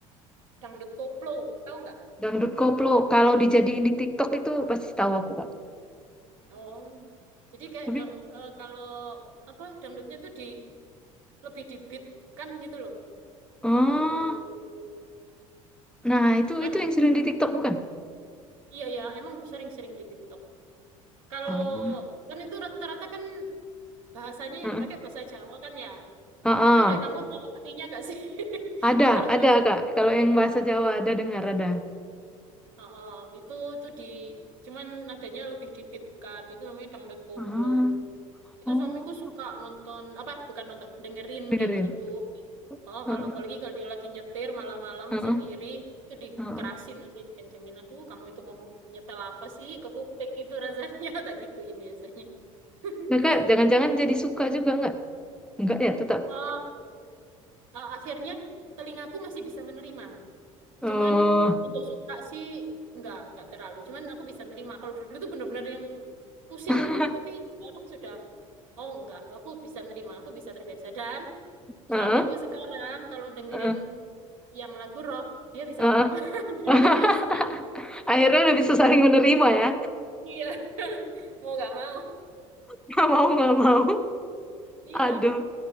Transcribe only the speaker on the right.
Dangdut koplo, tahu nggak?
Oh, jadi kayak
dang eh, kalau apa dangdutnya tuh di lebih di beat kan gitu loh.
Kalau dangdut koplo itu
kan
iya ya emang sering-sering di TikTok. Kalau
kan itu rata-rata kan bahasanya
yang dipakai bahasa Jawa kan ya.
Nggak tahu deh kamu ada artinya nggak sih <laughs>
kalau
bahasa
Jawa.
Heeh, itu itu di cuman nadanya lebih dibitkan itu namanya dangdut koplo.
Itu
suamiku suka nonton apa bukan nonton dengerin
kayak gitu. Oh,
kalau apalagi kalau dia lagi nyetir malam-malam
sendiri itu dikerasin
sih dikencengin. Aduh, kamu itu ngomong nyetel apa sih ke kuping itu rasanya <laughs> tak gituin biasanya. <laughs>
Oh, eh, akhirnya telingaku masih bisa menerima.
Cuman untuk suka sih nggak nggak terlalu. Cuman aku bisa nerima. Kalau dulu tuh bener-bener yang pusing
gitu. Tapi sekarang sudah oh nggak, aku bisa nerima, aku bisa terbiasa. Dan
suamiku sekarang kalau dengerin
yang lagu rock dia bisa
nerima. <laughs> Dulu
nggak bisa.
Iya, <laughs> mau nggak mau.
Iya.